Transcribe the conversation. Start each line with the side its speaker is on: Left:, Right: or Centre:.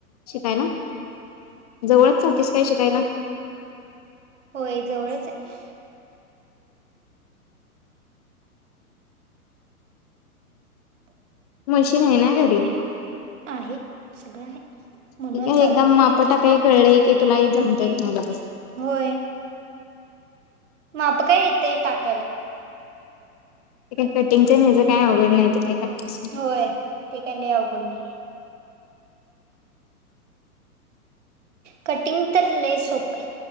Left: शिकायला, जवळच जातेस काय शिकायला?
Right: होय जवळच आहे.
Left: मशीन आहे ना
Right: मशीन
Left: घरी
Right: आहे ना घरी सगळं आहे म्हणच
Left: ठीक आहे
Right: जातोय
Left: एकदम मापटा
Right: एकदा
Left: काही
Right: माप
Left: कळलंय
Right: टाकायला
Left: की
Right: कळलं
Left: तुला
Right: कि
Left: जमता
Right: काही
Left: येईल मला
Right: होय. माप काय येतय टाकता
Left: काही कटिंगच ह्याच काही आवघड नाही ते काही करतेस.
Right: होय ते काय आवघड नाहीये? कटिंग तर लय सोपय!